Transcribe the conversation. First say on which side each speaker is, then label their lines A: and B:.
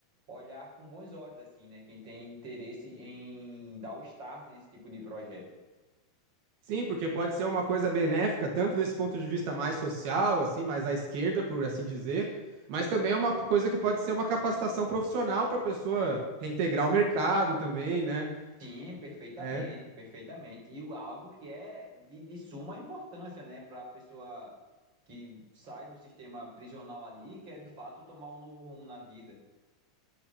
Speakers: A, on the right (about 25°); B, on the right (about 60°).
A: olhar com bons olhos, assim, né? Quem tem interesse em dar o start nesse tipo de projeto.
B: Sim, porque pode ser uma coisa benéfica, tanto desse ponto de vista mais social, assim, mais à esquerda, por assim dizer, mas também é uma coisa que pode ser uma capacitação profissional para a pessoa reintegrar o mercado também, né?
A: Sim, perfeitamente,
B: É.
A: perfeitamente. E o- algo que é de, de suma importância, né, para a pessoa que sai do sistema prisional ali, que é de fato tomar um novo rumo na vida.